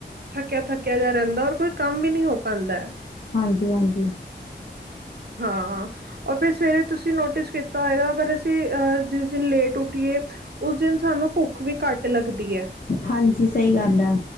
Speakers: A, on the right; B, on the left.
A: ਥੱਕਿਆਂ-ਥੱਕਿਆਂ ਜਿਆ ਰਹਿੰਦਾ, ਔਰ ਕੋਈ ਕੰਮ ਵੀ ਨਹੀਂ ਹੋ ਪਾਂਦਾ
B: ਹਾਂਜੀ-ਹਾਂਜੀ
A: ਹਾਂ-ਹਾਂ, ਔਰ ਫ਼ਿਰ ਸਵੇਰੇ ਤੁਸੀਂ, ਨੋਟਿਸ ਹੋਏਗਾ, ਪਰ ਅਸੀਂ, ਜਿਸ ਦਿਨ ਲੇਟ ਉੱਠੀਏ ਉਸ ਦਿਨ, ਸਾਨੂੰ ਭੁੱਖ ਵੀ ਘੱਟ ਲੱਗਦੀ ਏ
B: ਹਾਂਜੀ, ਸਹੀ ਗੱਲ ਆ